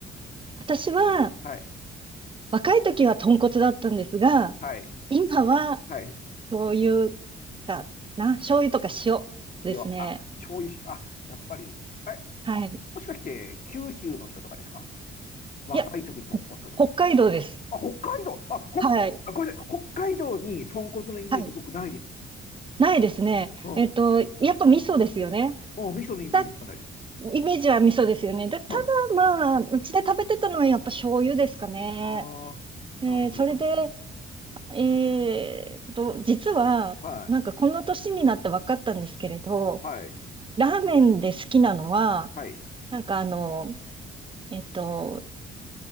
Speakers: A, on the right; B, on the left.
A: 私は、
B: はい、
A: 若い時は豚骨だったんですが、
B: はい、
A: 今は、
B: はい。
A: 醤油かな、醤油とか塩ですね。
B: 塩、あ、醤油し、あ、やっぱり、え、
A: はい。
B: もしかして九州の人とかですか若い時に豚骨とかか。
A: いや、ほ北海道です。
B: あ、北海道、あ、ほ、
A: はい。
B: あ、ごめんなさい、北海道に豚骨のイメージ僕ないです。
A: はい。ないですね。
B: うん。
A: えっと、やっぱ味噌ですよね。
B: うん、味噌のイメージしかないです。
A: た、イメージは味噌ですよね。で、
B: はい。
A: ただまあ、うちで食べてたのはやっぱ醤油ですかね。
B: ああ、なるほどな。
A: えーそれで、えーと、実は、
B: はい、
A: なんかこの年になって分かったんですけれど、
B: はい、
A: ラーメンで好きなのは、
B: はい。
A: なんかあの、えっと、